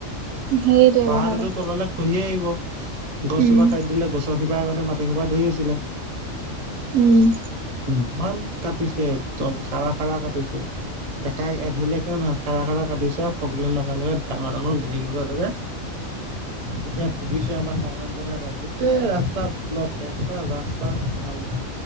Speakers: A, on the right (about 70°); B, on the right (about 40°).
A: সেইটোৱে
B: পাহাৰোটো
A: কথাটো
B: তললৈ খহি আহিব। গছজোপা
A: উম,
B: কাটি দিলে, গছৰ শিপাই আগতে মাটি হোপা ধৰি আছিলে।
A: উম'
B: ইমান কাটিছে, একদম খাৰা- খাৰা কাটিছে বেকা এধুলিয়া কৈও নহয় খাৰা - খাৰা কাটিছ। সকলে লগাই - লগাই ডাঙৰ - ডাঙৰ ঘেৰী লগাই লগাই। এতিয়া ভুগিছে আমাৰ সাধাৰণ হয়' নহয়। গোটেই ৰাস্তা ব্লক এটা ৰাস্তা ভাল নাই।